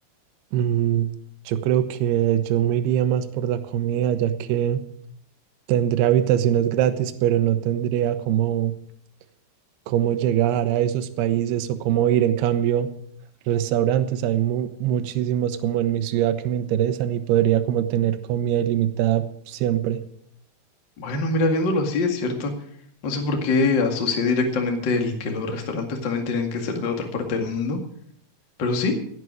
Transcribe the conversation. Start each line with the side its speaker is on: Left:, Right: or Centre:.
Right: Mm, yo creo que yo me iría más por la comida, ya que tendría habitaciones gratis, pero no tendría cómo, cómo llegar a esos países o cómo ir. En cambio, restaurantes hay mu- muchísimos como en mi ciudad que me interesan y podría como tener comida ilimitada siempre.
Left: Bueno, mira, viéndolo así, es cierto. No sé por qué asocié directamente el que los restaurantes también tenían que ser de otra parte del mundo. Pero sí,